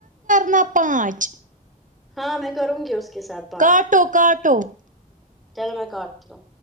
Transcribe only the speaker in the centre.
ہاں میں کروں گی اس کے ساتھ
چل میں کاٹتی ہوں